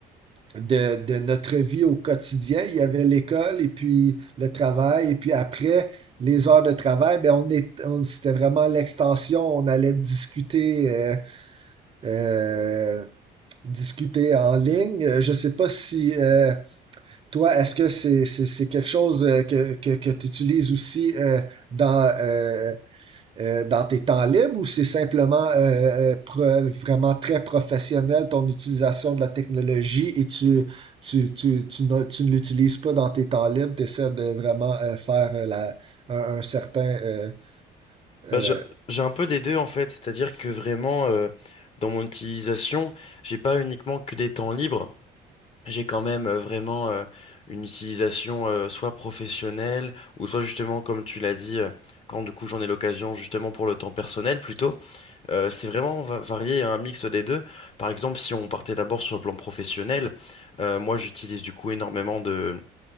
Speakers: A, on the right; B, on the left.
A: de, de notre vie au quotidien. Il y avait l'école et puis le travail. Et puis après les heures de travail, ben on est, on- c'était vraiment l'extension. On allait discuter, euh, euh, discuter en ligne. Euh, Je ne sais pas si euh, toi, est-ce que c'est, c'est, c'est quelque chose euh, que, que, que tu utilises aussi euh, dans, euh, euh, dans tes temps libres ou c'est simplement euh, euh, pro- vraiment très professionnel ton utilisation de la technologie et tu, tu, tu, tu, ne, tu ne l'utilises pas dans tes temps libres, tu essaies de vraiment euh, faire euh, la, un, un certain euh, euh,
B: Bah, j'ai j'ai un peu des deux en fait, c'est-à-dire que vraiment euh, dans mon utilisation, j'ai pas uniquement que des temps libres, J'ai quand même euh, vraiment euh, une utilisation euh, soit professionnelle ou soit justement comme tu l'as dit euh, quand du coup j'en ai l'occasion justement pour le temps personnel plutôt. Euh, c'est vraiment va- varié un mix des deux. Par exemple si on partait d'abord sur le plan professionnel, euh, moi j'utilise du coup énormément de